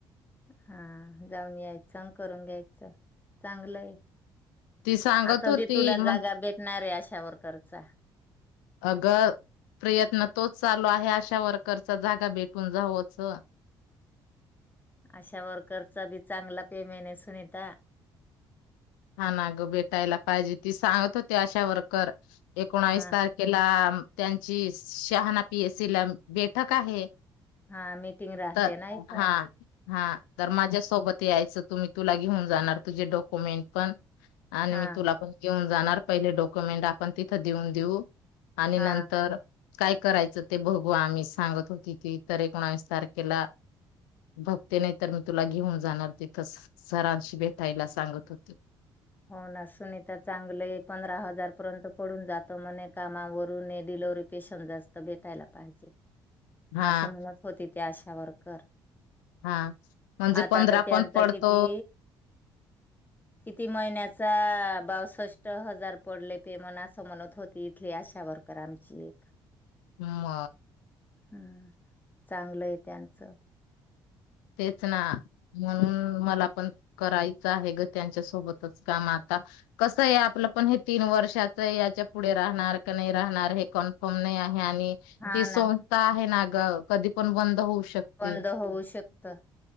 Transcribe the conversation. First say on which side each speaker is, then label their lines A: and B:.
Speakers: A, on the left (about 15°); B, on the left (about 85°).
A: हा जाऊन यायचं करून घ्यायचं चांगलंय.
B: ती सांगत
A: आता
B: होती
A: बी तुला
B: म्हणजे
A: जागा भेटणार आहे आशा वर्कर चा.
B: अग प्रयत्न तोच चालू आहे आशा वर्क करता जागा भेटून जावंच.
A: आशा वर्करचा बी चांगला पेमेंट हाये सुनीता.
B: हा ना ग भेटायला पाहिजे ती सांगत होती अशा वर्कर एकोणावीस
A: हा
B: तारखेला त्यांची शहाणा पी. ए. सी ला बैठक आहे.
A: हा मीटिंग राहते
B: तर
A: ना इथं
B: हा हा तर माझ्या सोबत यायचं तु मी तुला घेऊन जाणार तुझे डॉक्युमेंट पण आणि
A: हा
B: मी तुला पण घेऊन जाणार पहिले डॉक्युमेंट आपण तिथं देऊन देऊ. आणि
A: हा
B: नंतर काय करायचं ते भघू आम्ही सांगत होती की तर एकोणावीस तारखेला भघते नाही तर, मी तुला घेऊन जाणार तिथं सरांशी भेटायला सांगत होती.
A: हो ना सुनीता चांगलय पंधरा हजार पर्यंत पडून जात म्हणे. कामावरून डिलवरी पेशंट जास्त बेटायला पाहिजे.
B: हा
A: असं मलात होते त्या आशा वर्कर.
B: हा म्हणजे
A: आता
B: पंधरा
A: तर त्यांचा
B: पण पडतो.
A: किती ती महिन्याचा बावसष्ट् हजार पडले पे मन असं म्हणत होती इथली आशावर- कर आमची एक
B: ह म.
A: हम्म चांगलंय त्यांचं.
B: तेच ना म्हणून मला पण करायच आहे गं त्यांच्या सोबतच काम, आता कस आहे आपलं पण हे तीन वर्षाच याच्या पुढे राहणार का नाही राहणार हे कन्फर्म नाही आहे. आणि
A: हा
B: ती संस्था
A: ना
B: आहे ना ग कधी पण बंद होऊ शकते.
A: बंद होऊ शक ता